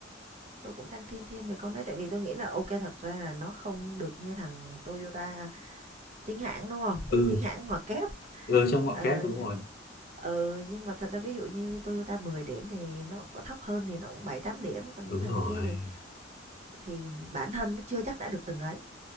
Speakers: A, on the right; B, on the left.
A: tôi cũng đang thiên thiên về con đấy, tại vì tôi nghĩ là ok thật ra là nó không được như thằng Toyota chính hãng, đúng không?
B: ừ,
A: Chính hãng ngoặc kép.
B: ừ trong
A: Ờ,
B: ngọn kép đúng rồi
A: ừ, nhưng mà thật ra ví dụ như Toyota 10 điểm thì nó có thấp hơn thì nó cũng 7 8 điểm, còn những
B: đúng
A: thằng
B: rồi
A: kia thì thì bản thân nó chưa chắc đã được từng ấy,